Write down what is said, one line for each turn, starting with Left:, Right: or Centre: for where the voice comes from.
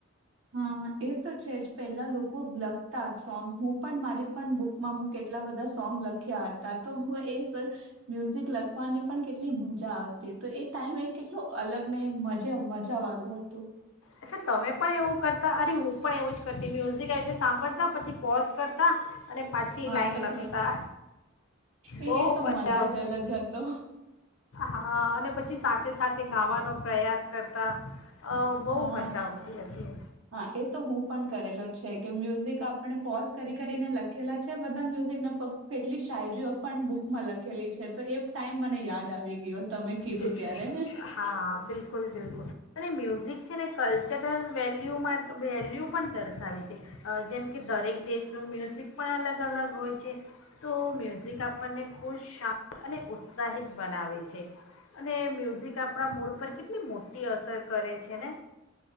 Right: હા એ તો છે જ પેલા લોકો લખતા સોંગ હું પણ મારી પણ બુકમાં મુ કેટલા બધા સોંગ લખ્યા હતા તો હું એ મ્યુઝિક લખવાની પણ કેટલી મજા આવતી તો એ ટાઈમ એ કેટલુ અલગ ને મ મજા વાળું હતું
Left: અચ્છા તમે પણ એવું કરતા અરે હું પણ એવું જ કરતી મ્યુઝિક આવી રીતે સાંભળતા પછી પોઝ કરતા અને પાછી
Right: હા
Left: લાઈન
Right: પછી
Left: લખતા
Right: લખ એ
Left: બહુ
Right: તો મજા
Left: આવતી
Right: જ અલગ હતો.
Left: હા અને પછી સાથે-સાથે ગાવાનો પ્રયાસ કરતા અ બહુ
Right: હા
Left: મજા આવતી હતી
Right: હા એ તો હું પણ કરેલો છે કે મ્યુઝિક આપ આપણે પોઝ કરી કરીને લખેલા છે બધા મ્યુઝિક ના કેટલી શાયરીઓ પણ બુકમાં લખેલી છે તો એ ટાઈમ મને યાદ આવી ગયો તમે કીધું
Left: બિલકુલ
Right: ત્યારે.
Left: હા બિલકુલ બિલકુલ અને મ્યુઝિક છેને કલ્ચરલ વેલ્યુમાં વેલ્યુ પણ દર્શાવે છે. અ જેમ કે દરેક દેશનું મ્યુઝિક પણ અલગ-અલગ હોય છે તો મ્યુઝિક આપણને ખુશ શાંત અને ઉત્સાહિત બનાવે છે. અને મ્યુઝિક આપણા મૂડ પર કેટલી મોટી અસર કરે છે ને.